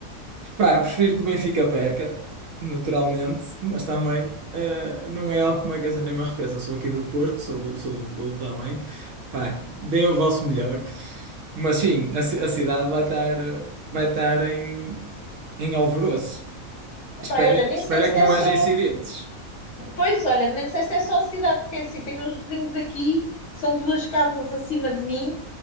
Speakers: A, on the right; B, on the left.
A: Pá, prefiro que o Benfica perca, naturalmente, mas também eh, não é algo que me aqueça nem me arrefeça. Sou aqui do Porto, sou do, sou do clube também. Pá, deem o vosso melhor. Mas sim, a, ci- a cidade vai estar, eh, vai estar em, em alvoroço.
B: Epá,
A: Espera,
B: olha, nem
A: espera
B: sei se
A: que
B: é
A: não
B: só.
A: haja incidentes.
B: Pois, olha, nem sei se é só a cidade, porque é assim, tenho uns vizinhos aqui que são duas casas acima de mim